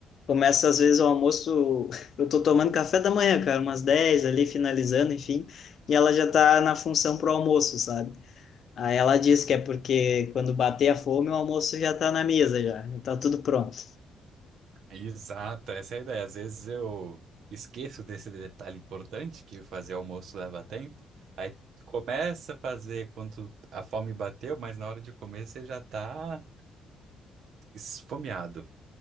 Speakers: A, on the left; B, on the right.
A: começa às vezes o almoço, <laughs> eu tô tomando café da manhã, cara, umas 10 ali, finalizando, enfim, e ela já tá na função pro almoço, sabe? Aí ela disse que é porque quando bater a fome, o almoço já está na mesa já, está tudo pronto.
B: Exato, essa é a ideia. Às vezes eu esqueço desse detalhe importante que fazer almoço leva tempo. Aí começa a fazer quando a fome bateu, mas na hora de comer você já tá esfomeado.